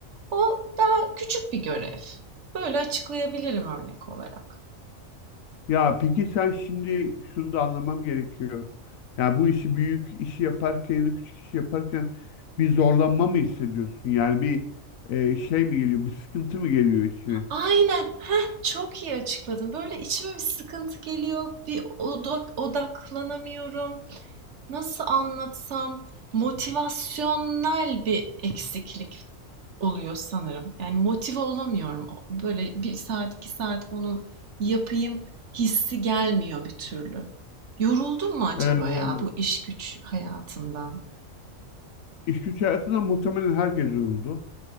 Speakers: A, on the right; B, on the left.
A: O daha küçük bir görev. Böyle açıklayabilirim örnek olarak.
B: Ya peki sen şimdi şunu da anlamam gerekiyor. Yani bu işi büyük işi yaparken ya da küçük işi yaparken bir zorlanma mı hissediyorsun? Yani bir e, şey mi geliyor, bir sıkıntı mı geliyor içine?
A: Aynen. Heh, çok iyi açıkladın. Böyle içime bir sıkıntı geliyor. Bir odak, odaklanamıyorum. Nasıl anlatsam? Motivasyonel bir eksiklik Oluyor sanırım. Yani motive olamıyorum. Böyle bir saat, iki saat onu yapayım hissi gelmiyor bir türlü. yoruldum mu acaba
B: Ee,
A: ya bu iş güç hayatından?
B: iş güç hayatında muhtemelen herkes yoruldu.